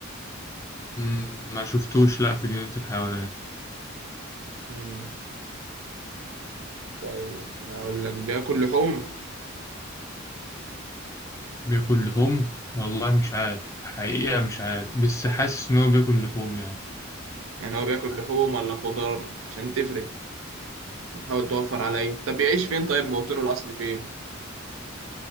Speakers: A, on the left; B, on the right.
A: مم. ما شفتوش لا في جنينة الحيوانات
B: مم. طيب هقول لك بياكل لحوم
A: بياكل لحوم والله مش عارف حقيقة مش عارف بس حاسس إن هو بياكل لحوم يعني
B: يعني هو بياكل لحوم ولا خضار عشان تفرق هتحاول توفر عليا طب بيعيش فين طيب موطنه الأصلي فين